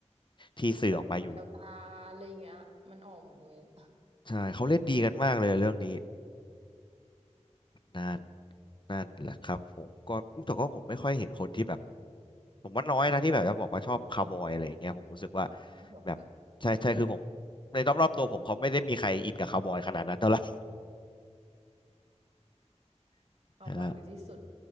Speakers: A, on the left; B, on the right.
A: ที่สื่อออกมาอยู่
B: แบบแววตาอะไรอย่างเงี้ยมันออกหมดเลยอะ
A: ใช่เขาเล่นดีกันมากเลยเรื่องนี้นั่น
B: ใช่
A: นั่นแหละครับผมก็อุ๊ยแต่ก็ผมไม่ค่อยเห็นคนที่แบบผมว่าน้อยนะที่แบบจะบอกว่าชอบคาวบอยอะไรอย่างเงี้ยผมรู้สึกว่า
B: <laughs> ออเหรอ
A: แบบใช่ใช่คือผมในรอบๆตัวผมเขาไม่ได้มีใครอินกับคาวบอยขนาดนั้นเท่าไหร่ <laughs>
B: คาวบอยคือที่สุด
A: ใช่